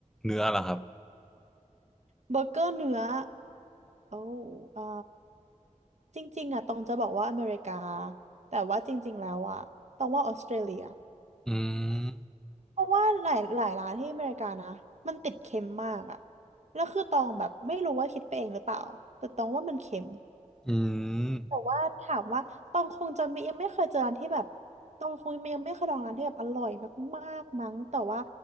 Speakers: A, in the centre; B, on the right (about 60°).
A: เนื้อล่ะครับ
B: เบอร์เกอร์เนื้อโอ้เอ่อจริงๆอะตองจะบอกว่าอเมริกาแต่ว่าจริงๆแล้วอะตองว่าออสเตรเลีย
A: อืม
B: เพราะว่าหลายหลายร้านที่อเมริกานะมันติดเค็มมากอะแล้วคือตองแบบไม่รู้ว่าคิดไปเองหรือเปล่า แต่ตองว่ามันเค็ม
A: อืม
B: แต่ว่าถามว่าตองคงจะไม่ยังไม่เคยเจอร้านที่แบบตองคงยังไม่เคยลองร้านที่แบบอร่อยมากๆมั้งแต่ว่า